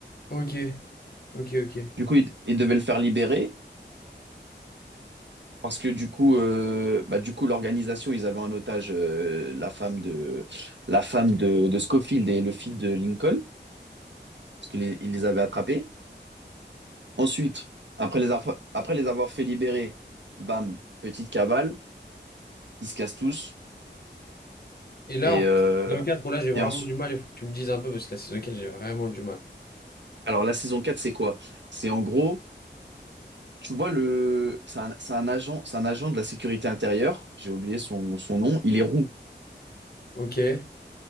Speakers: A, on the left; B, on the right.
A: Ok. Ok, ok.
B: Du coup, il, il devait le faire libérer. Parce que du coup, euh, bah, du coup, l'organisation, ils avaient en otage euh, la femme de la femme de, de Scofield et le fils de Lincoln, parce qu'ils les, ils les avaient attrapés. Ensuite, après les, avoir- après les avoir fait libérer, bam, petite cavale, ils se cassent tous.
A: Et là,
B: Et,
A: en fait,
B: euh,
A: saison quatre, où là, j'ai vraiment
B: et ensuite,
A: du mal, il faut que tu me dises un peu, parce que la saison 4, j'ai vraiment du mal.
B: alors la saison 4 c'est quoi? C'est en gros, tu vois, le, c'est un, c'est un agent, c'est un agent de la sécurité intérieure, j'ai oublié son, son nom, il est roux.
A: Ok.